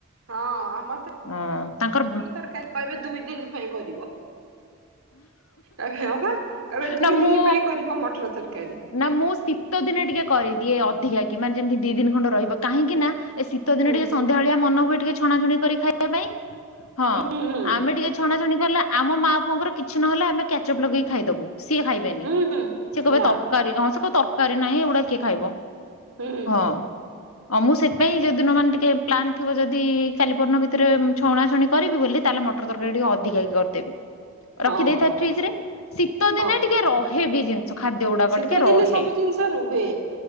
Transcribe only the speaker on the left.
ହଁ ତାଙ୍କର
ନା
ମୁଁ
ନା ମୁଁ ଶୀତ ଦିନେ ଟିକେ କରିଦିଏ ଅଧିକା କି ମାନେ ଯେମିତି ଦି ଦିନ ଖଣ୍ଡେ ରହିବ କାହିଁକି ନା ଏ ଶୀ ତ ଦିନ
ଟିକେ ସନ୍ଧ୍ୟା ଭଳିଆ ମନ ହୁଏ ଟିକେ ଛଣାଛଣି କରି ଖାଇବା ପାଇଁ ହଁ
ଆମେ ଟିକେ। ଛଣାଛଣିି କଲେ ଆମ ମା ପୁଅଙ୍କର କିଛି ନହଲେ ଆମେ କ୍ୟାଚଅପ ଲଗେଇ ଖାଇଦବୁ। ସିଏ ଖାଇବେନି
ସିଏ କବେ
ତରକାରୀ ହଁ ସେ କ ତରକାରୀ ନାହିଁ ଏଗୁଡା କିଏ ଖାଇବ?
ହଁ। ଆଉ ମୁଁ ସେଥିପାଇଁ ଯୋଉଦିନ ମାନେ ଟିକେ ପ୍ଲାନ୍ ଥିବ ଯଦି କାଲି ପଅରଦିନ ଭିତରେ ଛଣାଛଣି କରିବି ବୋଲି ତାହେଲେ ମ ମଟର ତରକାରୀ ଟିକେ ଅଧିକା କି କରିଦେବି।
ରଖିଦେଇଥାଏ ଫ୍ରିଜରେ ଶୀତ
ଦିନେ ଟିକେ ରହେ ବିି ଯେମ ସେ ଖାଦ୍ୟ ଗୁଡାକ
ଟିକେ
ରହେ।